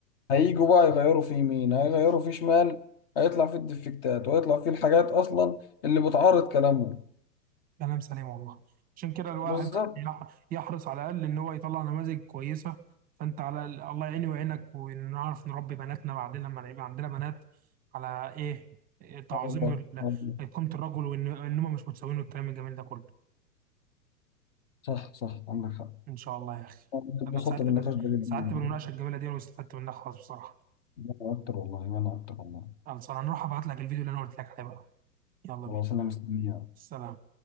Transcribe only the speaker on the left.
هيجوا بقى يغيروا في يمين هيغيروا في شمال هيطلع في الديفكتات وهيطلع في الحاجات اصلا اللي بتعارض كلامهم
بالظبط
آه والله
آه والله
صح صح عندك حق
آه، بخطة
بالنقاش
ده جدا
والله.
أنا أكتر والله وأنا أكتر والله
خلاص
أنا مستني